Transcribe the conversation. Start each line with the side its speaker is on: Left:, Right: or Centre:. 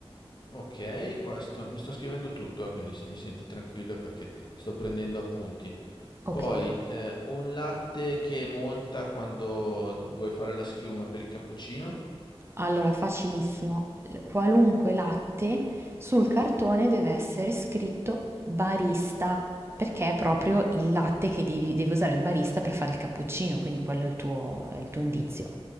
Left: Ok, questo mi sto scrivendo tutto, eh, quindi se mi senti tranquillo è perché sto prendendo appunti.
Right: Ok,
Left: Poi eh, un latte che monta quando vuoi fare la schiuma per il cappuccino.
Right: allora facilissimo, L- qualunque latte sul cartone deve essere scritto barista, perché è proprio il latte che devi, devi usare il barista per fare il cappuccino, quindi quello è il tuo è il tuo indizio.